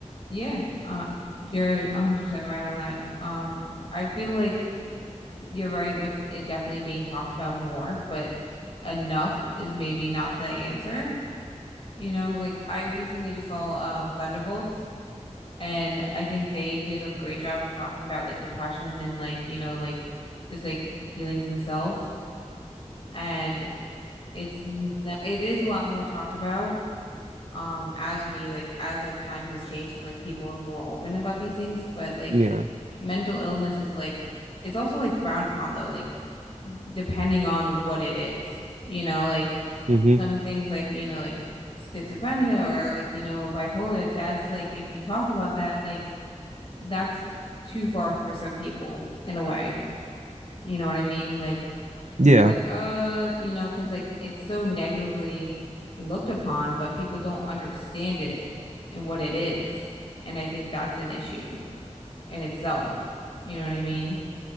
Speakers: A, on the left; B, on the right.
A: Yeah. Uh you're 100% right on that. Um I feel like you're right with it definitely being talked about more, but enough is maybe not the answer. You know, like I recently just saw um Thunderbolts and I think they did a great job of talking about like depression and like, you know, like just like the feelings themselves. And It's n- it is a lot more talked about um as we like as like time has changed and like people are more open about these things, but like
B: Yeah.
A: mental illness is like it's also like frowned upon though, like depending on what it is. You know, like
B: Mm-hmm.
A: some things like, you know, like schizophrenia or like, you know, bipolar, that's like if you talk about that, like that's too far for some people in a way. You know what I mean? Like
B: Yeah.
A: people are like, uh, you know, because like it's so negatively looked upon, but people don't understand it and what it is. And I think that's an issue in itself. You know what I mean?